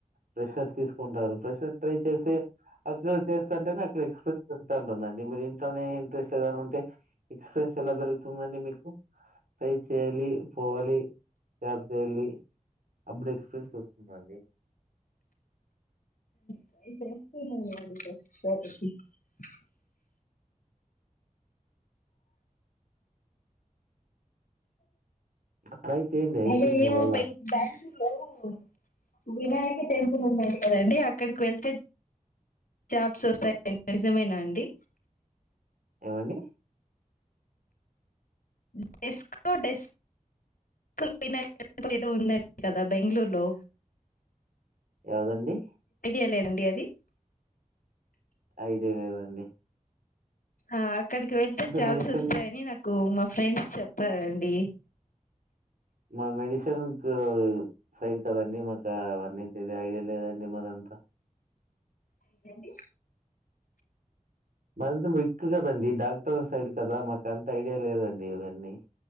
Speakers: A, on the right; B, on the left.
A: ప్రెష్ షర్స్ తీసుకుంటారు, ప్రెషర్స్ ట్రై చేస్తే అక్కడ చేస్తంటే అక్కడ ఎక్స్పీరియన్స్ ఉంటుందండి మీరు ఇంట్లోనే ఇంట్రెస్ట్ లేదంటే. ఎక్స్పీరియన్స్ ఎలా పెరుగుతుందండి మీకు కు పేజ్ డైలి పోవాలి జాబ్కెళ్ళి అప్పుడు ఎక్స్పీరియన్స్ వస్తుందండి
B: ఇది ట్రై చేస్తూ నువు అది చెస్ <unintelligible>
A: ట్రై చేయండి అయితుంది
B: హలో అది
A: మీ
B: ఏమో
A: వల్ల.
B: పింక్ బాతు రూమ్ లో వినాయక టెంపుల్ ఉన్నాయి కదండి అక్కడికి వెళ్తే జాబ్స్ వస్తాయి నిజమేనా అండి
A: ఏమండి
B: డెస్కో డెస్ కుడిన ఏదో ఉందండి కదా బెంగళూరులో
A: ఏదండి
B: ఏ లేదండి అది
A: ఐదే గదండి
B: ఆ అక్కడికి వెళ్తే జాబ్స్
A: మెడిసిన్
B: వస్తాయని నాకు మా ఫ ఫ్రెండ్స్ చెప్పారండి
A: మా మెడిసిన్కు సైడ్ కదండి మాకు అవన్నీ పెద ఐడియా లేదండి మదంతా
B: ఏంటండి
A: మరింత విక్కు కదండి డాక్టర్ సైడ్ కదా మాకు అంత ఐడియా లేదండి అవన్నీ